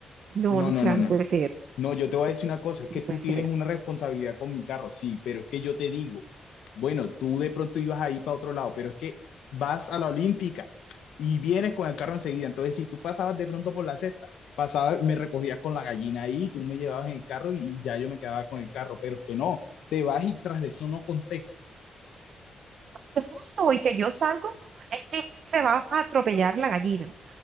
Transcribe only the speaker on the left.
no,
no,
no,
no.
No, yo te voy a decir una cosa, es
que
tú tienes
una responsabilidad con mi carro, sí, pero es que yo te digo, bueno, tú de pronto ibas ahí para otro lado, pero es que vas a la Olímpica y vienes con el carro enseguida. Entonces, si tú pasabas de pronto por la cesta, pasabas, me recogías con la gallina ahí, tú me llevabas en el carro y, y ya yo me quedaba con el carro, pero es que no, te vas y tras de eso no contestas.